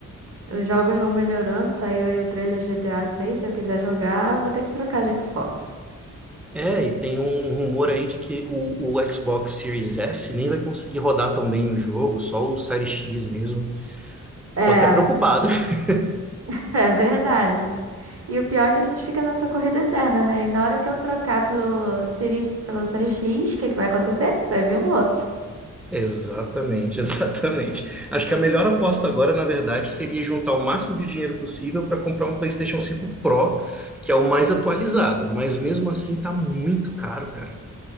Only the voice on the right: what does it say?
Os jogos vão melhorando, saiu aí o trailer de GTA 6, se eu quiser jogar, vou ter que trocar de Xbox.
É,
<laughs> é verdade. E o pior é que a gente fica nessa corrida eterna, né? E na hora que eu trocar pelo Siri, pelo Série X, o que que vai acontecer? Vai vir um outro.